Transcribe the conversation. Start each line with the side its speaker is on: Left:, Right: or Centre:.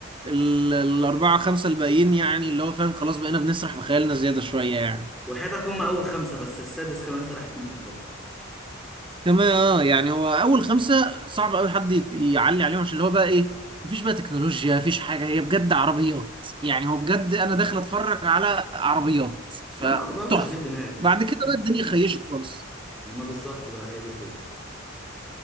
Right: ال- الأربعة خمسة الباقيين يعني اللي هو فاهم خلاص بقينا بنسرح بخيالنا زيادة شوية يعني
Centre: وحياتك هم اول خمسه بس السادس كمان سرحت منهم برضه
Right: كمان اه يعني هو اول خمسه صعب قوي حد يت- يعلي عليهم عشان اللي هو بقى ايه مفيش بقى تكنولوجيا مفيش حاجه هي بجد عربيات يعني هو بجد انا داخل اتفرج على عربيات فتحفه
Centre: لا عربيه وتشغيل دماغ
Right: بعد كده
Centre: فاهم
Right: بقى الدنيا خيشت خالص
Centre: ما بالظبط بقى هي دي الفكره